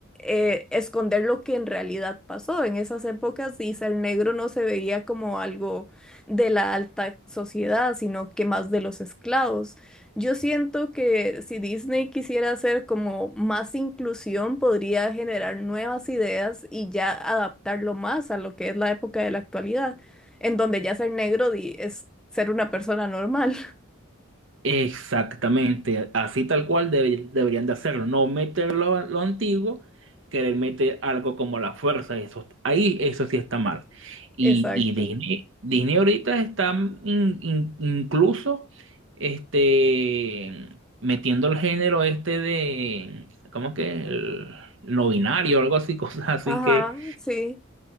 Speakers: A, in the centre; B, on the right (about 65°).
A: eh, esconder lo que en realidad pasó. En esas épocas y el negro no se veía como algo de la alta sociedad, sino que más de los esclavos. Yo siento que si Disney quisiera hacer como más inclusión, podría generar nuevas ideas y ya adaptarlo más a lo que es la época de la actualidad, en donde ya ser negro di- es ser una persona normal.
B: Exactamente, así tal cual debe- deberían de hacerlo, no meter lo, lo antiguo, querer meter algo como la fuerza, eso, ahí eso sí está mal. Y,
A: <laughs> Exacto.
B: y Disney, Disney ahorita está in- in- incluso este, metiendo el género este de, ¿cómo es que? El, no binario, algo así, <laughs> cosas así
A: Ajá,
B: que,
A: sí,